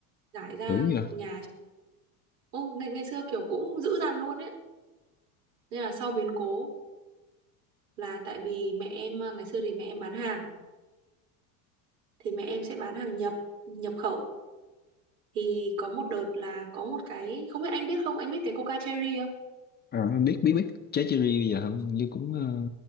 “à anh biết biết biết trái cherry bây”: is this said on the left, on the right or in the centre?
Left